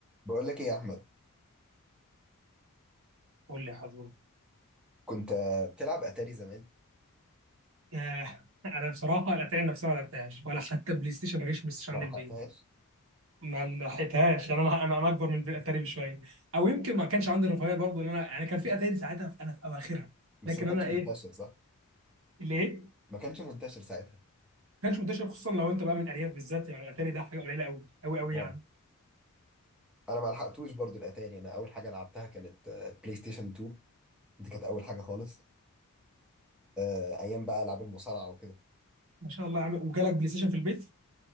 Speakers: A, in the centre; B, on the right.
A: بقول لك ايه يا احمد
B: قول لي يا حزوم
A: كنت آه، بتلعب اتاري زمان
B: ياه انا بصراحه الاتاري نفسها ما لعبتهاش ولا حتى بلاي ستيشن ما جاش بلاي ستيشن
A: ما
B: عند
A: لحقتهاش
B: البيت ما لحقتهاش يعني انا انا أنا اكبر من الاتاري بشويه او يمكن ما كانش عندي الرفاهيه برضه ان انا يعني كان في اتاري ساعتها في انا في اواخرها
A: بس
B: لكن
A: ما كانش
B: انا
A: منتشر
B: ايه
A: صح
B: اللي ايه
A: ما كانش منتشر ساعتها
B: ما كانش منتشر خصوصا لو انت بقى من ارياف بالذات يعني الاتاري ده حاجه قليله قوي قوي قوي
A: اه
B: يعني
A: انا ما لحقتوش برضو الاتاري انا اول حاجه لعبتها كانت آه، بلاي ستيشن 2 دي كانت اول حاجه خالص آه، ايام بقى العاب المصارعه وكده
B: ما شاء الله يا عم وجالك بلاي ستيشن في البيت